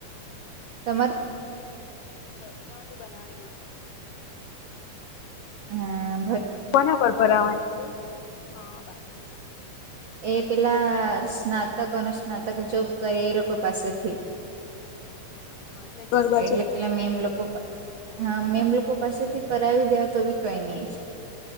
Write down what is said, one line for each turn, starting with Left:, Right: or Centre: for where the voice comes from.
Right: તમારે
Left: પ્રશ્નાવલી બનાવેલી છે.
Right: હા.
Left: કોના પર ભરવાની છે, હા. છે.
Right: એ પેલા સ્નાતક-અનુસ્નાતક જોબ કરે, એ લોકો પાસેથી
Left: હા એટલે ઘર બાજુથી
Right: એટલે પેલા
Left: જ ને
Right: મેમ લોકો પા હા, મેમ લોકો પાસેથી કરાવી દેવા તો, બી કઈ નઈ.